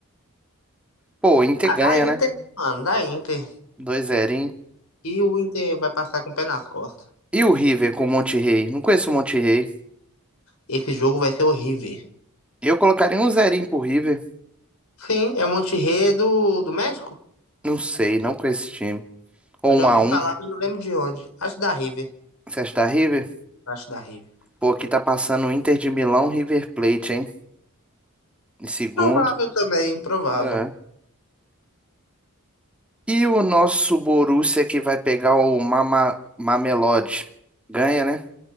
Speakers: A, in the centre; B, on the left (about 75°).
A: Pô, o Inter
B: Ah,
A: ganha,
B: dá Inter,
A: né?
B: mano, dá Inter.
A: 2 0
B: E o Inter vai passar com o pé nas costas.
A: E o River com o Monterrey? Não conheço o Monterrey.
B: Esse jogo vai ser horrível.
A: Eu colocaria um zerinho pro River.
B: Sim, é o Monte Rei do, do México?
A: Não sei, não conheço esse time. Ou
B: Eu já
A: um
B: ouvi
A: a um.
B: falar, mas não lembro de onde. Acho que da River.
A: Você acha que dá River?
B: Acho da River.
A: Pô, aqui tá passando o Inter de Milão, River Plate, hein? Em segundo.
B: Provável também, provável.
A: É. E o nosso Borussia que vai pegar o Mama, Mamelodi. Ganha, né?